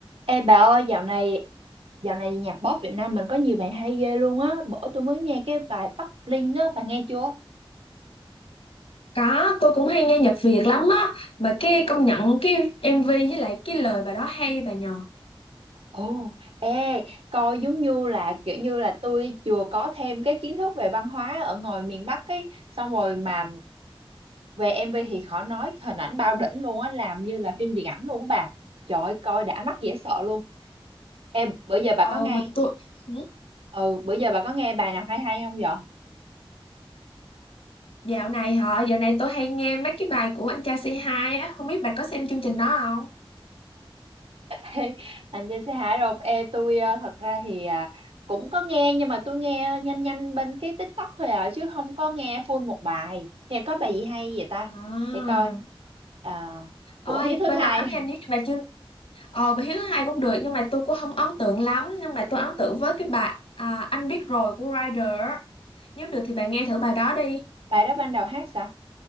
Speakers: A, on the right; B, on the left.
A: Ê bà ơi, dạo này dạo này nhạc pop Việt Nam mình có nhiều bài hay ghê luôn á. Bữa tôi mới nghe cái bài Bắc Linh á, bà nghe chưa?
B: Có, tôi cũng hay nghe nhạc Việt lắm á Mà cái công nhận cái MV với lại cái lời bài đó hay bà nhờ
A: Ồ, ê, coi giống như là kiểu như là tôi vừa có thêm cái kiến thức về văn hóa ở ngoài miền Bắc ấy, xong rồi mà về MV thì khỏi nói, hình ảnh bao đỉnh luôn á, làm như là phim điện ảnh luôn á bà. Trời ơi, coi đã mắt dễ sợ luôn. Em bữa giờ
B: Ồ
A: bà có nghe
B: mà tôi Ừ.
A: ừ, bữa giờ bà có nghe bài nào hay hay không vậy?
B: Dạo này hả, dạo này tôi hay nghe mấy cái bài của anh cha C2 á Không biết bà có xem chương trình đó không?
A: Ê, anh trên xe Hải rồi Ê, tôi ờ, thật ra thì à, cũng có nghe nhưng mà tôi nghe nhanh nhanh bên cái TikTok thôi à chứ không có nghe full một bài thì có bài gì hay vậy ta
B: À.
A: để coi à,
B: Ôi,
A: của Hiếu thứ
B: bên
A: hai
B: đó nha,
A: <laughs>
B: nếu như bà chưa Ờ, bà Hiếu thứ hai cũng được Nhưng mà tôi cũng không ấn tượng lắm Nhưng mà tôi ấn tượng với cái bài à, Anh biết rồi của Rider á Nếu được thì bà nghe thử bài đó đi
A: bài đó ban đầu hát sao